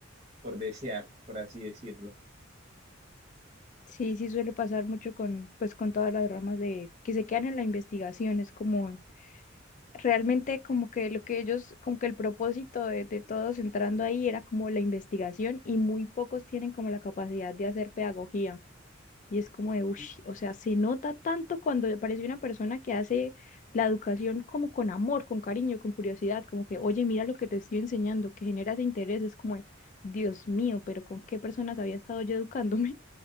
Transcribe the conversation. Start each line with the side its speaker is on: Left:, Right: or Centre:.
Right: por desear, por así decirlo.
Left: Sí, sí suele pasar mucho con, pues, con todas las ramas de que se quedan en la investigación. Es como realmente como que lo que ellos, como que el propósito de, de todos entrando ahí era como la investigación y muy pocos tienen como la capacidad de hacer pedagogía. Y es como de, uff,
Right: ¿Y,
Left: o sea, se nota tanto cuando aparece una persona que hace la educación como con amor, con cariño, con curiosidad, como que, oye, mira lo que te estoy enseñando, que genera ese interés. Es como, de, Dios mío, pero ¿con qué personas había estado yo educándome?